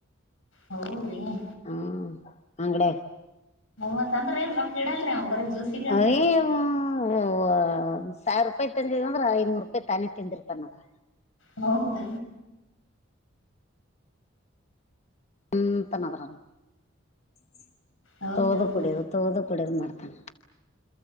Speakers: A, on the left; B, on the left.
A: ಹೌದ್ರಿ ಹ್
B: ಹ್ಮ ಅಂಗಡ
A: ಹತ್ ಅಂದ್ರ ಎಲ್ ರ ಇಡಲ್ರಿ ಅವ್ <inaudible> ಇಡ್ತಾನ
B: ಅರೆೇ ವ <unintelligible> ಸಾವಿರ ರೂಪಾಯಿ ತಿಂದಿದ ಅ್ರ ಐನೂರು ರೂಪಾಯಿ ತಾನೆ ತಿಂದಿರ್ತಾನದ್ರ
A: ಹೌ ನ
B: ಎಂತ ನರನು <unintelligible>
A: ಹೌದೌದು
B: ತೋದು ಕುಡಿಯದು ತೋದು ಕುಡಿಯೋದು ಮಾಡ್ತಾನ